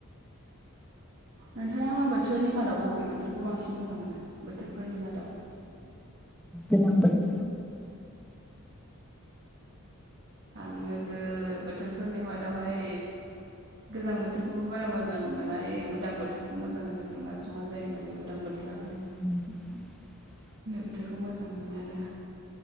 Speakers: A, on the right; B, in the centre.
A: नोंथाङा बोथोरनि मादाव बबे बोथोरखौ बांसिन मोजां मोनो बोथोरफोरनि मादाव
B: गोजां बोथोर
A: आङोबो बोथोरफोरनि मादावहाय गोजां बोथोरखौबो बारा मोजां मोना उदां बोथोरखौ मोजांमोनो दुङा सङा जायोनालाय बे उदां बोथोरावहाय।
B: <inaudible>
A: बोथोरखौ मोजां मोनो आरो